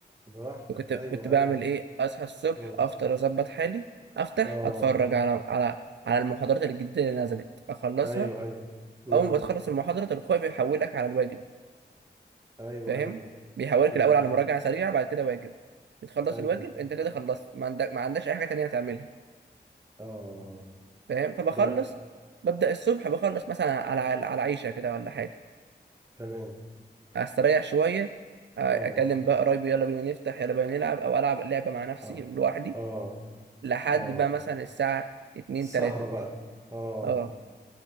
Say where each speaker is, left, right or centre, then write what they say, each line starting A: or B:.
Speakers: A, on the right (about 15°); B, on the right (about 80°).
A: براحتك
B: كنت
A: ايوه
B: كنت بعمل
A: ايوه
B: ايه اصحى الصبح
A: مم.
B: افطر اظبط حالي افتح
A: اه
B: اتفرج على على على المحاضرات الجديده اللي نزلت اخلصها
A: ايوه ايوه امم
B: اول ما بتخلص المحاضره تلقائي بيحولك على الواجب
A: ايوه
B: فاهم
A: ايوه
B: بيحولك
A: امم
B: الاول على مراجعه سريعه بعد كده واجب بتخلص
A: ايوه
B: الواجب انت كده خلصت ما عندك ما عندكش اي حاجه تانية هتعملها
A: اه
B: فاهم فبخلص
A: ده
B: ببدا الصبح بخلص مثلا على على على عيشه كده ولا حاجه
A: تمام
B: استريح شويه اكلم
A: اه
B: بقى قرايبي يلا بينا نفتح يلا بينا نلعب او العب لعبه مع نفسي
A: اه
B: لوحدي
A: اه
B: لحد
A: اه
B: بقى مثلا الساعه اتنين
A: السهرة
B: تلاتة
A: بقى اه
B: اه